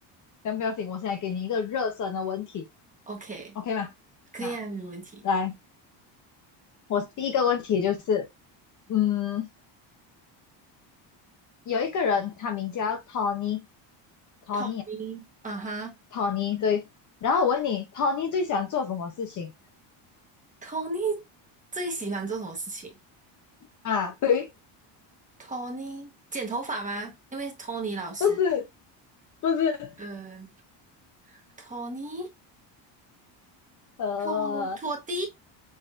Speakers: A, on the left; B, on the right.
A: 先不要紧，我现在给你一个热身的问题
B: ，OK，
A: ，OK 吗？
B: 可以啊，
A: 好，
B: 没问题。
A: 来，我第一个问题就是，嗯，有一个人他名叫 Tony，Tony 啊
B: Tony，啊哈
A: ，Tony 对。然后我问你，Tony 最喜欢做什么事情
B: ，Tony 最喜欢做什么事情
A: 啊？对，
B: ？Tony 剪头发吗？因为 Tony 老师，
A: 不是，不是，
B: 嗯、t o n y
A: 呃。
B: 拖拖地，